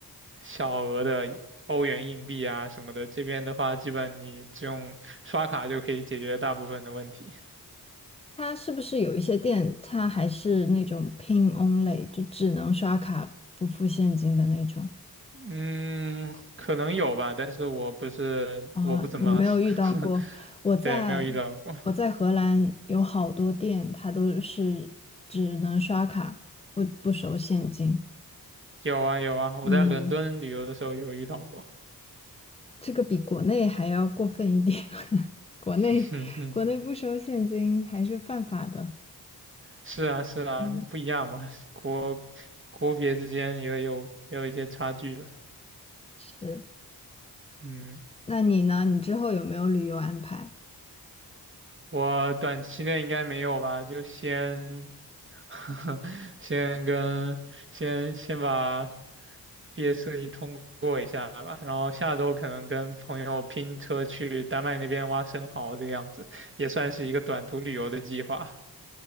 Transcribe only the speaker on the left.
它是不是有一些店，它还是那种 PIN only，就只能刷卡不付现金的那种
啊？
你没有遇到过？
我在
我在荷兰有好多店，它都是只能刷卡，不不收现金。
嗯，这个比国内还要过分一点。<laughs> 国内国内不收现金还是犯法的。
嗯，
是。
那你呢？你之后有没有旅游安排？